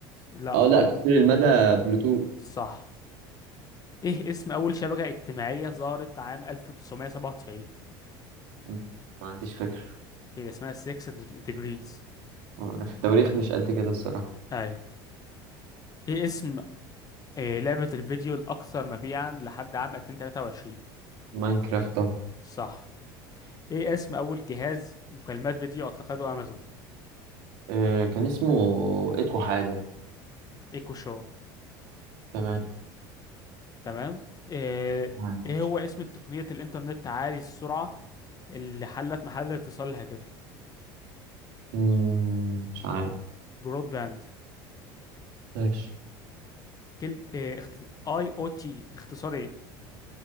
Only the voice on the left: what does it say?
لا
ب-
صح ايه اسم اول شبكة اجتماعية ظهرت عام 1997
هي اسمها 6 degrees
اي ايه اسم إيه لعبة الفيديو الأكثر مبيعا لحد عام 2023
صح إيه اسم أول جهاز مكالمات فيديو أطلقته أمازون
إيكو شو
تمام إيه
إيه هو اسم تقنية الإنترنت عالي السرعة اللي حلت محل الاتصال الهاتفي
برود باند
كلمة إيه اخت... اي او تي اختصار إيه